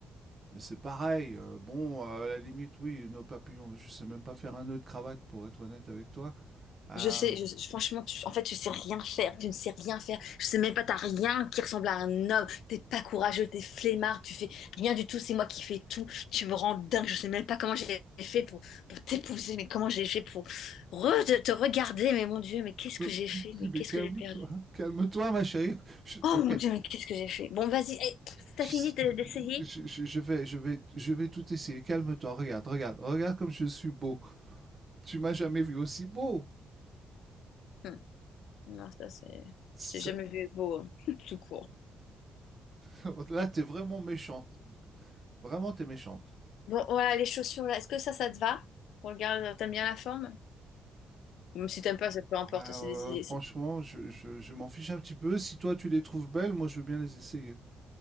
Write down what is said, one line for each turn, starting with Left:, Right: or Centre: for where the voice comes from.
Right: Mais c'est pareil, heu, bon, euh, à la limite, oui, nœud papillon, je sais même pas faire un nœud de cravate pour être honnête avec toi, hem
Left: Je sais, je- je- franchement, tu, en fait, tu sais rien faire, tu ne sais rien faire. Je sais même pas, t'as rien qui ressemble à un homme. T'es pas courageux, t'es flemmard, tu fais rien du tout. C'est moi qui fais tout. Tu me rends dingue. Je sais même pas comment j'ai fait pour, pour t'épouser, mais comment j'ai fait pour re- te, te regarder. Mais mon Dieu, mais qu'est-ce
Right: Je
Left: que j'ai fait?
Right: dis,
Left: Mais
Right: Mais
Left: qu'est-ce
Right: calme-toi,
Left: que j'ai perdu?
Right: calme-toi, ma chérie. Je-
Left: Oh
Right: ok.
Left: mon Dieu, mais qu'est-ce que j'ai fait? Bon, vas-y, hey, t'as
Right: Tu
Left: fini
Right: sais-
Left: de- d'essayer?
Right: Je, je- je vais, je vais, je vais tout essayer. Calme-toi. Regarde, regarde, regarde comme je suis beau. Tu m'as jamais vu aussi beau.
Left: Hmm. Non, ça c'est,
Right: Ça-
Left: j'ai jamais vu beau, hein, <laughs> tout court.
Right: <laughs> là, t'es vraiment méchante. Vraiment, t'es méchante.
Left: Bon, voilà, les chaussures là. Est-ce que ça, ça te va? Regarde, t'aimes bien la forme? Même si t'aimes pas, ça peu importe,
Right: Ah,
Left: c'est
Right: Euh,
Left: décidé.
Right: franchement,
Left: c'est-
Right: je, je- je m'en fiche un petit peu. Si toi, tu les trouves belles, moi, je veux bien les essayer.